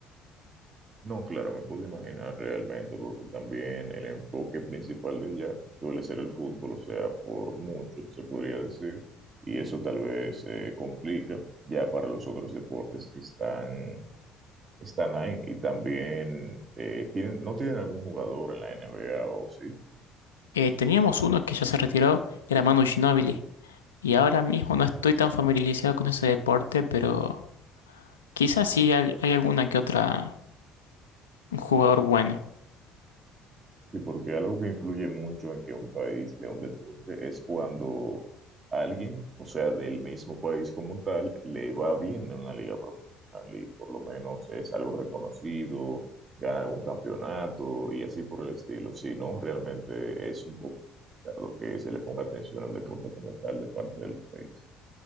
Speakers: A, on the right; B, on the left.
A: No, claro, me puedo imaginar realmente, porque también el enfoque principal de allá suele ser el fútbol, o sea, por mucho, se podría decir, y eso tal vez eh, complica ya para los otros deportes que están, están ahí. Y también, eh, tienen, ¿no tienen algún jugador en la NBA o sí?
B: Eh, teníamos uno que ya se retiró, era Manu Ginóbili, y ahora mismo no estoy tan familiarizado con ese deporte, pero quizás sí hay, hay alguna que otra un jugador bueno.
A: Sí, porque algo que influye mucho en que un país sea un deporte es cuando alguien, o sea, del mismo país como tal, le va bien en una liga profesional y por lo menos es algo reconocido, gana algún campeonato y así por el estilo. Si no, realmente es un poco complicado que se le ponga atención al deporte como tal de parte del país.